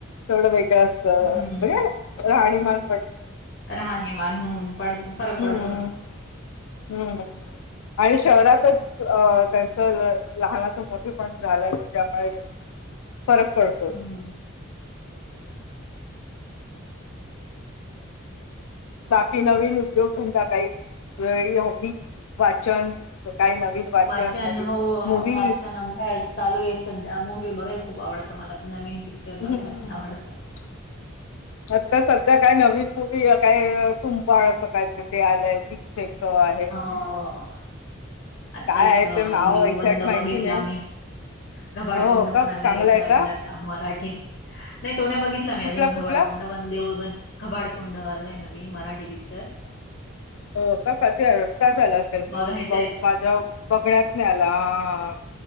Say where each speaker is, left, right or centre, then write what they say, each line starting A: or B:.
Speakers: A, on the left; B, on the left.
A: थोडं वेग ळ असतं
B: हं.
A: म्हणजे राहणीमानं
B: राहणीमान हम्म पडतो फरक
A: हम्म.
B: पडतो ना,
A: हम्म हम्म हम्म. आणि शहरातच अ त्यांच लहानाचं मोठे पण झालंय त्याच्यामुळे, फरक पडतो.
B: हं.
A: बाकी नवीन उद्योगधंदा काही, वेगळी हॉबी, वाचन काही नवीन
B: वाचन
A: नवीन
B: हो
A: मूवी
B: वाचन अभ्यास चालू आहे सध्या मग, टी. व्ही. बघायला खूप आवडत मला, नवीन पिक्चर
A: हम्म
B: बघायला पण आवडत.
A: आता सध्या काय नवीन मुवी, काय तुंबाळ सकाळच ते आलंय, पिक्चर तो आहे.
B: हो. आत्ताच
A: काय आहे
B: अ,
A: ते नाव
B: देऊळ
A: एक्झॅक्ट
B: बंद
A: माहिती
B: बघितला
A: नाही.
B: मी. घबाडकुंड
A: हो का
B: पण आला
A: चांगला
B: एक
A: आहे
B: नवीन
A: का?
B: आता मराठी नाही. तोण्या बघितला मी.
A: कुठला
B: अजून घबाडकुंड,
A: कुठला?
B: बंद देऊळबंद. घबाडकुंड आलाय नव. मराठी पिक्चर
A: हो का का ते का झालं असेल
B: बघायचाय
A: मग माझ्या बघण्यात नाही आला हां...